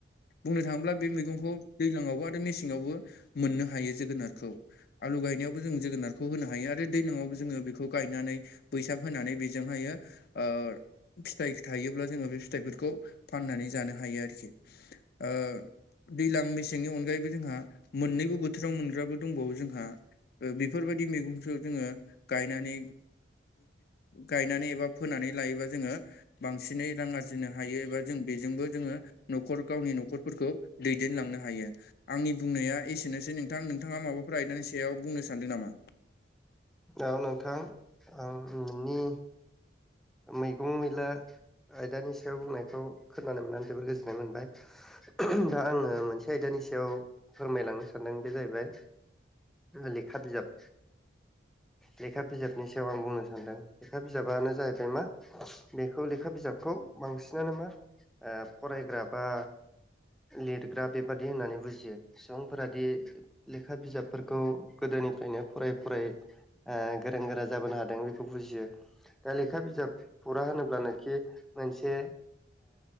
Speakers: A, on the left; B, in the centre.
A: बुंनो थाङोब्ला बे मैगंखौ दैज्लाङावबो आरो मेसेंआवबो मोननो हायो जोगोनारखौ। आलु गायनायावबो जों जोगोनारखौ होनो हायो आरो दैज्लाङआवबो जोङो बेखौ गायनानै बैसाग होनानै बेजोंहायो ओ फिथाइ थायोब्ला जोङो बे फिथाइफोरखौ फाननानै जानो हायो आरोखि ओ दैज्लां मेसेंनि अनगायैबो जोंहा मोननैबो बोथोराव मोनग्राबो दंबावो जोंहा बेफोरबायदि मैगंखौ जोङो गायनानै गायनानै एबा फोनानै लायोबा जोङो बांसिनै रां आरजिनो हायो एबा जों बेजोंबो जोङो न'खर गावनि न'खरफोरखौ दैदेनलांनो हायो। आंनि बुंनाया एसेनोसै नोंथां नोंथाङा माबाफोर आयदानि सायाव बुंनो सानदों नामा?
B: औ नोंथां आं नोंनि मैगं मैला आयदानि सायाव बुंनायखौ खोनानो मोननानै जोबोर गोजोननाय मोनबाय। दा आङो मोनसे आयदानि सायाव फोरमायलांनो सानदों बे जाहैबाय लेखा बिजाब लेखा बिजाबनि सायाव आं बुंनो सानदों लेखा बिजाबानो जाहैबाय मा बेखौ लेखा बिजाबखौ बांसिनानो मा ओ फरायग्रा बा लिरग्रा बेबादि होननानै बुजियो सुबुंफोरादि लेखा बिजाबफोरखौ गोदोनिफ्रायनो फराय फरायै ओ गोरों गोरा जाबोनो हादों बेखौ बुजियो दा लेख लेखा बिजाब फरा होनोब्लानोखि मोनसे